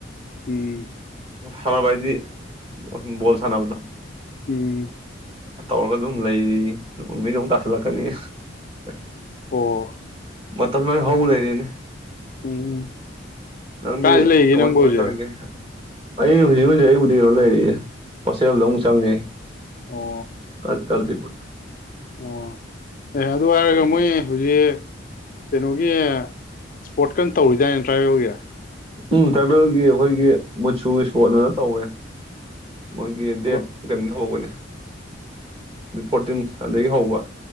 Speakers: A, on the left; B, on the right.
A: ꯎꯝ꯫
B: ꯁꯅꯕꯥꯏꯗꯤ ꯕꯣꯜ ꯁꯅꯕꯨꯗ꯫
A: ꯎꯝ꯫
B: ꯇꯧꯔꯒ ꯑꯗꯨꯝ ꯂꯩꯔꯤ꯫ ꯅꯨꯃꯤꯠ ꯑꯃꯨꯛ ꯇꯥꯁꯤꯜ ꯂꯥꯛꯀꯅꯤ꯫ <inaudible>
A: ꯑꯣ
B: ꯃꯥꯇꯝ ꯂꯣꯏ ꯍꯧ ꯂꯩꯔꯦꯅꯦ꯫
A: ꯎꯝ
B: ꯅꯥꯡꯗꯤ
A: ꯀꯥꯏ ꯂꯩꯔꯤꯒꯦ
B: ꯀꯃꯥꯏ-
A: ꯅꯪꯕꯨ
B: ꯀꯃꯥꯏ
A: ꯍꯧꯖꯤꯛ
B: ꯇꯧꯔꯤꯒꯦ? ꯑꯩ ꯍꯧꯖꯤꯛ - ꯍꯧꯖꯤꯛ ꯑꯩꯕꯨꯗꯤꯡ ꯂꯩꯔꯏꯦ ꯍꯣꯁꯇꯦꯜꯗꯣ ꯑꯃꯨꯛ ꯆꯪꯉꯦ꯫
A: ꯑꯣ
B: ꯀ ꯀꯥꯟꯆꯤꯄꯨꯔ꯫
A: ꯑꯣ꯫ ꯑꯦ ꯑꯗꯨ ꯍꯥꯏꯔꯒ
B: ꯅꯪꯗꯤ
A: ꯃꯣꯏ ꯍꯤꯖꯤꯛ ꯀꯩꯅꯣꯒꯤ ꯏꯁꯄꯣꯔꯠ ꯀꯟꯅ ꯇꯧꯔꯤꯗꯥꯏꯅꯦ ꯇ꯭ꯔꯥꯏꯕꯦꯜꯒꯤ꯫
B: ꯎꯝ ꯇ꯭ꯔꯥꯏꯕꯦꯜꯒꯤ ꯑꯩꯈꯣꯏꯒꯤ ꯃꯨꯁꯨ ꯏꯁꯄꯣꯠ ꯑꯅ ꯇꯧꯋꯦ꯫ ꯃꯣꯏꯒꯤ
A: ꯀꯕ
B: ꯗꯦꯠ ꯀꯩꯅ ꯍꯧꯕꯅꯦ꯫ ꯑꯗꯨ ꯐꯣꯔꯇꯤꯟ ꯑꯗꯨꯗꯒꯤ ꯍꯧꯕ꯫